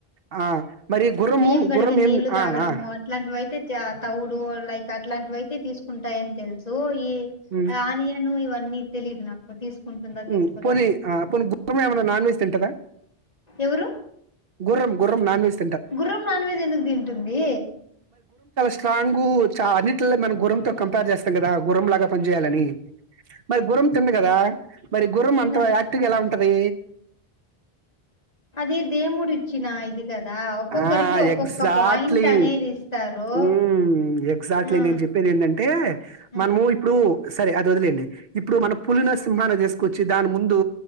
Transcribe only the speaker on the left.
బియ్యం గడిగిన్
నీళ్ళు తాగడము
అట్లాంటివైతే త్యార్ తౌడు లైక్ అట్లాంటివై తె తీసుకుంటాయని తెలుసు ఈ
ఆనియను ఇవ అన్ని తెలీదు నాకు తీసుకుంటుందా
తీసుకోదా
అని
ఎవరు
గుర్రం నాన్వెజెందుకు తింటుంది
తినదు
అది దేముడిచ్చిన ఇది కదా ఒక్కొక్కరికి
ఒక్కొక్క
పాయింట్ అనేది ఇస్తారు
ఆ
ఆ.